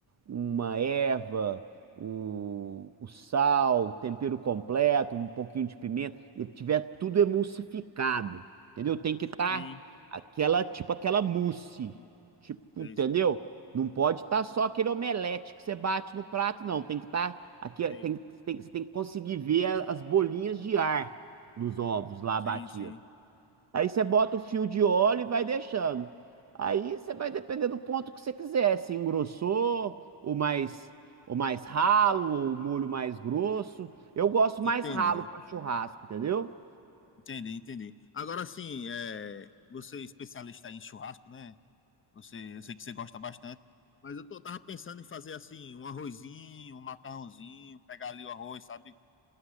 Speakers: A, on the right; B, on the left.
A: uma erva, o, o sal, o tempero completo, um pouquinho de pimenta, e tiver tudo emulsificado, entendeu? Tem que estar
B: Sim,
A: aquela, tipo aquela mousse, tipo,
B: sim
A: entendeu?
B: sei.
A: Não pode estar só aquele omelete que você bate no prato, não. Tem que estar aqui,
B: Sim,
A: tem, tem- você tem que conseguir ver a- as bolinhas de ar nos ovos lá
B: sim,
A: batidos.
B: sim.
A: Aí você bota o fio de óleo e vai deixando. Aí você vai depender do ponto que você quiser, se engrossou, o mais o mais ralo, ou o molho mais grosso. Eu gosto
B: Entendi,
A: mais ralo para churrasco, entendeu?
B: entendi, entendi. Agora sim, é, você é especialista em churrasco, né? Você, eu sei que você gosta bastante, mas eu tô, tava pensando em fazer assim, um arrozinho, um macarrãozinho, pegar ali o arroz, sabe?